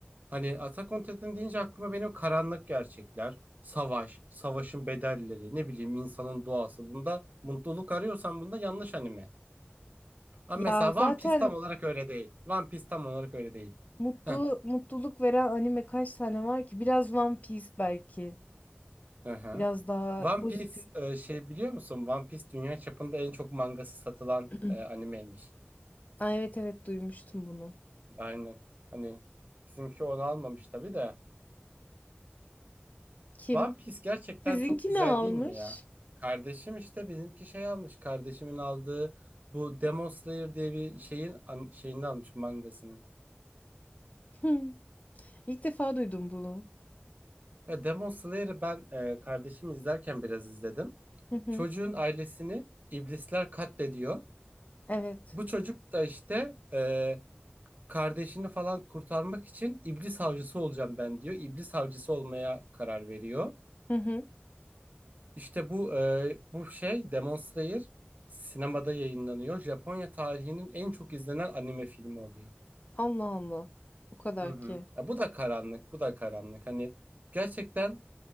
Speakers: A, on the right; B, on the left.
A: Hani Attack on Titan deyince aklıma benim karanlık gerçekler, savaş, savaşın bedelleri, ne bileyim insanın doğası. Bunda mutluluk arıyorsan bunda yanlış anime. Ama
B: Ya
A: mesela
B: zaten
A: One Piece tam olarak öyle değil. One Piece tam olarak öyle değil.
B: mutlu
A: Heh,
B: mutluluk veren anime kaç tane var ki? Biraz One Piece belki.
A: hı hı.
B: Biraz daha
A: One
B: pozitif.
A: Piece e, şey biliyor musun? One Piece dünya çapında en çok mangası satılan
B: <clears throat>
A: e, animeymiş.
B: Aa, evet evet duymuştum bunu.
A: Aynen. Hani bizimki onu almamış tabii de.
B: Kim?
A: One Piece gerçekten
B: Sizinki
A: çok güzel
B: ne almış?
A: değil mi ya? Kardeşim işte bizimki şey almış. Kardeşimin aldığı bu Demon Slayer diye bir şeyin an- şeyini almış mangasını.
B: <laughs> Hı, İlk defa duydum bunu.
A: Ya Demon Slayer'ı ben e, kardeşim izlerken biraz izledim.
B: Hı hı.
A: Çocuğun ailesini iblisler katlediyor.
B: Evet.
A: Bu çocuk da işte e, kardeşini falan kurtarmak için iblis avcısı olacağım ben diyor. İblis avcısı olmaya karar veriyor.
B: Hı hı.
A: İşte bu e, bu şey Demon Slayer sinemada yayınlanıyor. Japonya tarihinin en çok izlenen anime filmi oluyor.
B: Allah Allah. O kadar
A: Hı hı.
B: ki.
A: Ya bu da karanlık, bu da karanlık. Hani gerçekten